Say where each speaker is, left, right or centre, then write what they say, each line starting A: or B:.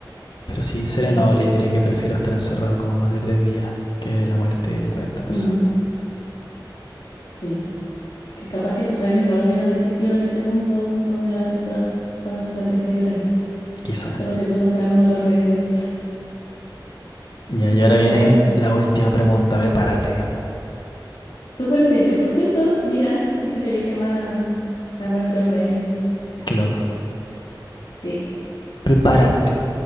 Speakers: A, on the left (about 65°); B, on the left (about 85°).
A: Pero sí, seré
B: sí,
A: noble y diré que prefiero estar encerrado como más de 3 días que la muerte de 40 personas.
B: ujú, sí. Que capaz que esos rehenes igual hubieran existido en ese mundo donde el ascensor pasa 56 horas.
A: Quizá.
B: Solo que tú no serás uno de los rehenes.
A: Ya, y ahora
B: <laughs>
A: viene
B: A ver.
A: la última pregunta. Prepárate.
B: Tú cuarenta y tres por ciento Mira, la gente elige más la muerte de los rehenes.
A: Qué loco.
B: Sí.
A: Prepárate.